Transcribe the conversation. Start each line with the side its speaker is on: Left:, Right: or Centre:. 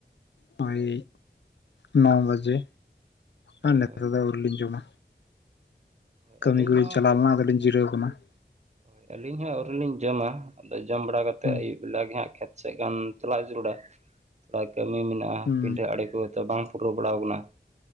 Left: ᱦᱳᱭ ᱱᱚ ᱵᱟᱡᱮ
Right: ᱦᱳᱭ
Left: ᱟᱨ ᱱᱮᱛᱟᱨ
Right: ᱦᱳᱭ
Left: ᱫᱚ ᱟᱹᱣᱨᱤ ᱞᱤᱧ ᱡᱚᱢᱟ,
Right: ᱦᱳᱭ
Left: ᱠᱟᱹᱢᱤ
Right: ᱟᱹᱞᱤᱧ
Left: ᱠᱚ ᱤᱧ
Right: ᱦᱚᱸ
Left: ᱪᱟᱞᱟᱣ ᱞᱮᱱᱟ ᱟᱫᱚ ᱞᱤᱧ ᱡᱤᱨᱟᱹᱣ ᱠᱟᱱᱟ ᱾
Right: ᱦᱳᱭ ᱟᱹᱞᱤᱧ ᱟᱹᱣᱨᱤ ᱞᱤᱧ ᱡᱚᱢᱟ ᱟᱫᱚ ᱡᱚᱢ ᱵᱟᱲᱟ ᱠᱟᱛᱮᱫ
Left: ᱦᱩᱸ
Right: ᱟᱹᱭᱩᱵ, ᱵᱮᱲᱟᱜᱮ ᱦᱟᱜ ᱠᱷᱮᱛ ᱥᱮᱱ ᱜᱟᱱ ᱪᱟᱞᱟᱣ ᱡᱟᱹᱨᱩᱲᱟ ᱛᱷᱚᱲᱟ ᱠᱟᱹᱢᱤ ᱢᱮᱱᱟᱜ-ᱟ
Left: ᱦᱩᱸ
Right: ᱯᱤᱰᱷᱟᱹ ᱟᱲᱮ ᱠᱚᱛᱚ ᱵᱟᱝ, ᱯᱩᱨᱟᱹᱣ ᱵᱟᱲᱟᱣ ᱟᱠᱟᱱᱟ